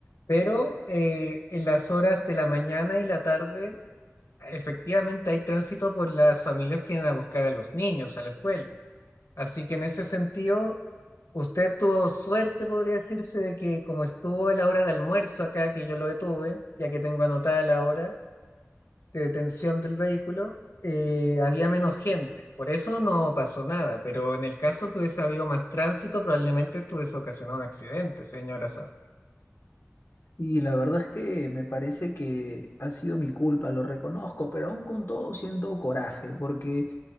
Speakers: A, on the left; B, on the left.
A: pero eh, en las horas de la mañana y la tarde, efectivamente hay tránsito por las familias que van a buscar a los niños a la escuela. Así que en ese sentido Usted tuvo suerte, podría decirse, de que como estuvo a la hora de almuerzo acá, que yo lo detuve, ya que tengo anotada la hora de detención del vehículo, eh, había menos gente. Por eso no pasó nada, pero en el caso que hubiese habido más tránsito, probablemente esto hubiese ocasionado un accidente, señora Saf.
B: Y la verdad es que me parece que ha sido mi culpa, lo reconozco, pero aún con todo siento coraje, porque